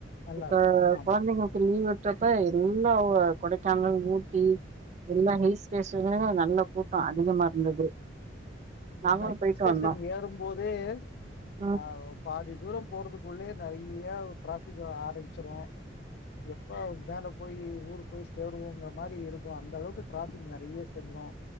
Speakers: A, on the left; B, on the right.
A: நல்லா
B: இப்ப
A: இருக்கு ஆமா
B: கொழந்தைங்க லீவ் விட்டறப்ப எல்லா கொடைக்கானல் ஊட்டி எல்லாம் ஹில்ஸ் டேசுனோ நல்ல கூட்டோ அதிகமா இருந்தது நாங்களும்
A: என்ன ஹில்
B: போயிட்டு
A: ஸ்டேஷன்
B: வந்தோம்.
A: ஏறும் போதே
B: ம்.
A: ஆ பாதி தூரோ போறதுக்குள்ளயே நெறைய டிராஃபிக் ஆரம்பிச்சிரு எப்போ மேல போயி ஊரு போய் சேருவோங்கிற மாரி இருக்கும் அந்த அளவுக்கு டிராஃபிக் நெறைய சேந்துரு